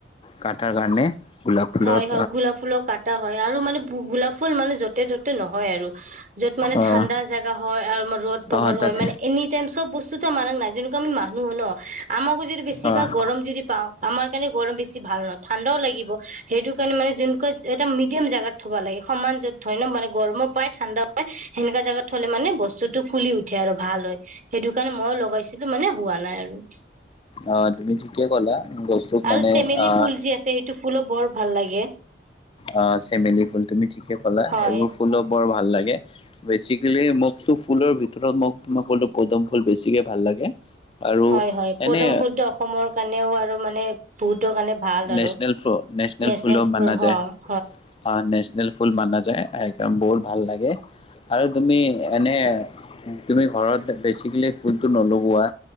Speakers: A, on the left; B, on the right.
A: কাটাৰ কাৰণে। গুলাপ ফুলত,
B: হয় হয় গোলাপ ফুলক কাটা হয় আৰু মানে গোলাপ ফুল মানে য'তে- ত'তে নহয় আৰু। <unintelligible> য'ত মানে
A: অহ
B: ঠাণ্ডা জোগা হয় আৰু আমাৰ ৰ'দ পোহৰ
A: অহ তাত
B: হয় মানে, এনি টাইম চব বস্তুতো মানক নাই', যেনেকুৱা আমি মানুহ ন', আমাকো যদি বেছিভাগ
A: অহ
B: গৰম যদি পাওঁ আমাৰ কাৰণে গৰম বেছি ভাল নহয়, ঠাণ্ডাও লাগিব সেইটো কাৰণে, মানে যেনেকুৱা এটা মিডিয়াম জাগাত, থ'ব লাগে সমান য'ত হয় ন ', মানে গৰমো পায়, ঠাণ্ডা পায়, সেনেকা জাগাত থলে মানে বস্তুটো ফুলি উঠে আৰু ভাল হয় ।সেইটো কাৰণে মইও লগাইছিলো মানে হোৱা নাই আৰু
A: অ', তুমি ঠিকে কলা, গছটোক মানে
B: আৰু চেমেলি
A: আহ
B: ফুল যে আছে, সেইটো ফুলো বৰ, ভাল লাগে।
A: অ', চেমেলি ফুল তুমি ঠিকে ক'লা
B: হয়
A: এইবোৰ ফুলো বৰ, ভাল লাগে বেচিকেলি মোকতো ফুলৰ ভিতৰত মোক তোমাক ক'লো পদুম ফুল বেছিকে ভাল লাগে আৰু
B: হয় হয়
A: এনে
B: পদুম ফুলটো অসমৰ কাৰণেও আৰু মানে বহুতৰ কাৰণে ভাল আৰু
A: নেচনেল ফ
B: নেচনেল
A: ফুলো
B: ফুল
A: মানা যায়।
B: অ
A: অ নেচনল ফুল মানা যায় একদম বহুত ভাল লাগে আৰু তুমি এনে তুমি ঘৰত বেছিকেলি ফুলটো নলগোৱা